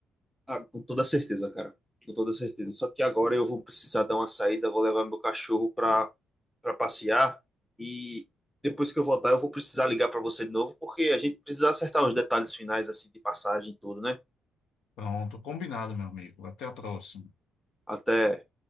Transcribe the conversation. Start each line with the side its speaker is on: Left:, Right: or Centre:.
Centre: Ah, com toda certeza, cara. Com toda certeza. Só que agora eu vou precisar dar uma saída, vou levar meu cachorro pra, pra passear e depois que eu voltar eu vou precisar ligar pra você de novo, porque a gente precisa acertar os detalhes finais assim de passagem e tudo, né?
Left: Pronto, combinado, meu amigo. Até a próxima.
Centre: Até.